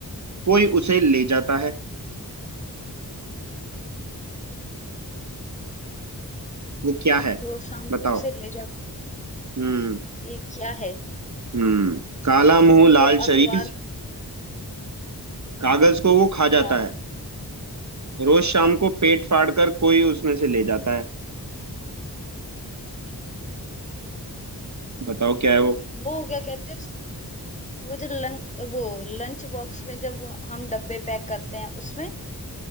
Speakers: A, on the right (about 45°); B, on the left (about 20°).
A: कोई उसे ले जाता है वो क्या है
B: रोज शाम
A: बताओ
B: को उसे ले जाता हूँ।
A: हम्म
B: ये क्या है
A: हम्म काला मुंह
B: वो
A: लाल
B: जो अखबार
A: शरीर कागज को वो खा जाता
B: हाँ
A: है रोज शाम को पेट फाड़ कर कोई उसमें से ले जाता है बताओ क्या है वो
B: वो क्या कहते हैं उसमें वो जो लं, वो लंच बॉक्स में जब हम डब्बे पैक करते हैं उसमें